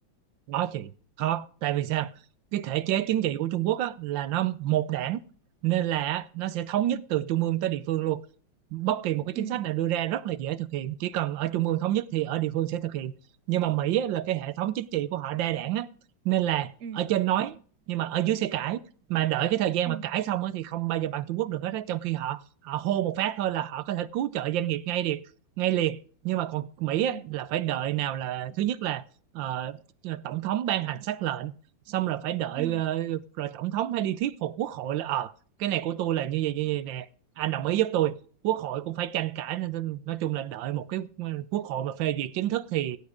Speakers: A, on the right; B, on the right.
A: Khó chị, khó. Tại vì sao? Cái thể chế chính trị của Trung Quốc á, là nó một đảng nên là á, nó sẽ thống
B: Ừ,
A: nhất từ trung ương tới địa phương luôn. Bất kỳ một cái
B: ừ,
A: chính sách nào đưa ra rất là dễ thực hiện, chỉ cần ở trung ương thống nhất thì ở địa phương sẽ thực hiện. Nhưng mà Mỹ á, là cái hệ thống chính trị của họ đa đảng á, nên là
B: ừ,
A: ở trên nói nhưng mà ở dưới sẽ cãi. Mà đợi cái thời gian
B: ừ,
A: mà cãi xong á, thì không bao giờ bằng Trung Quốc được hết á. Trong khi họ họ hô một phát thôi là họ có thể cứu trợ doanh nghiệp ngay liền, ngay liền. Nhưng mà còn Mỹ á,
B: ừ,
A: là phải đợi nào là thứ nhất là ờ, ờ, tổng thống ban hành sắc lệnh xong rồi phải đợi
B: ừ,
A: ờ, rồi tổng thống phải đi thuyết phục quốc hội là ờ cái này của tôi là như vậy như vậy nè anh đồng ý giúp tôi quốc hội cũng phải tranh cãi nên nên nói chung là đợi một cái ờ, quốc hội mà phê duyệt chính thức thì